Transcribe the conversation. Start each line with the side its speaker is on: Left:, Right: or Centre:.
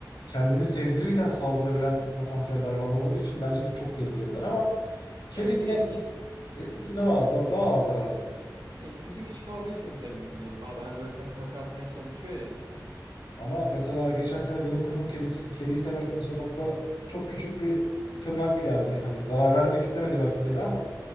Left: kendini sevdirirken saldırabilen potansiyel hayvanlar olduğu için bence de çok tehlikeliler ama kedi
Right: Ya işte
Left: yine
Right: etkisi
Left: Etkisi daha az, daha daha az zararlı.
Right: etkisi küçük olduğu için sevimli diyelim abi. Hani böyle pati mati atmaya çalışıyor ya işte.
Left: Ama mesela geçen sene benim kızım kedisi, kediyi severken sokakta çok küçük bir tırnak geldi. Hani zarar vermek istemedi belki kedi ama